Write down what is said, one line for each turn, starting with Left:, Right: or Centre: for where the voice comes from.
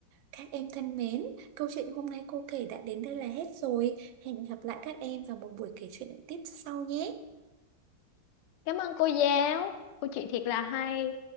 Right: Các em thân mến, câu chuyện hôm nay cô kể đã đến đây là hết rồi. Hẹn gặp lại các em vào một buổi kể chuyện tiếp sau nhé.
Left: Cảm ơn cô giáo, cô chị thiệt là hay.